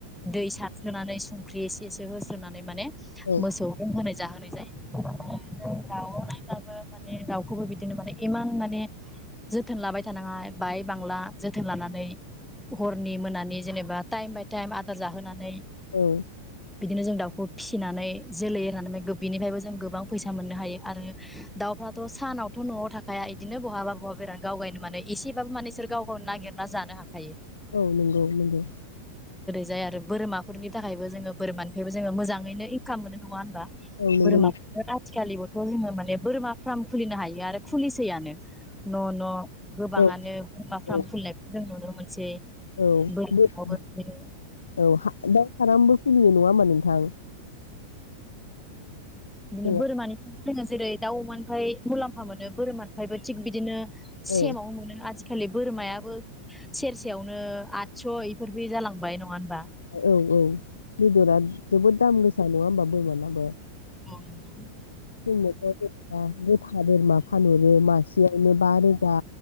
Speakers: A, in the centre; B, on the left.
A: दै सारस्रोनानै संख्रि एसे एसे होस्रोनानै माने
B: औ
A: मोसौ नो होन जाहोनाय जायो दाउ नायब्लाबो माने दाउखौबो बिदिनो माने इमान माने जोथोन लाबाय थानाङा बाय बांला जोथोन लानानै हरनि मोनानि जेनेबा टाइम बाय टाइम आदार जाहोनानै
B: औ
A: बिदिनो जों दाउखौ फिसिनानै जोलै होननानै बिनिफ्रायबो जों गोबां फैसा मोननो हायो आरो दाउफ्राथ सानावथ नआव थाखाया बिदिनो बहाबा बहाबा बेराद गावगायनो माने एसेबाबो मानेसोर गाव गावनो नागिरना जानो हाखायो
B: औ नंगौ नंगौ
A: जाय आरो बोरमाफोरनि थाखायबो जोङो बोरमानिफ्रायबो जोङो मोजाङैनो इनकाम मोनो नङा होनबा
B: औ नंगौ
A: बोरमा
B: नंगौ
A: आथिखालिबोथ जोङो मान माने बोरमा फार्म खुलिनो हायो आरो खुलिसैयानो न न गोबाङानो
B: औ
A: बोरमाफ्राम
B: औ
A: फुलिनाय खौ नुनो मोनसै
B: औ
A: बोरमाखौबो
B: बोरमा
A: बिदिनो
B: औ दाउ फारामबो खुलियो नङा बा नोंथां
A: बिदिनो
B: औ
A: बोरमानिफ्राय जोङो जेरै दाउ अमानिफ्राय मुलाम्फा मोनो बोरमानिफ्रायबो थिग बिदिनो सेमावबो
B: औ
A: मोनो आजि खालि बोरमायाबो सेरसेयावनो आथस' इफोर बि जालां बाय नङा होनबा?
B: औ औ बेदरा जोबोद दाम गोसा नङा होमबा बोरमानाबो
A: अ नंगौ
B: <unintelligible> बुथा बोरमा फानहरो मासेयावनो बा रोजा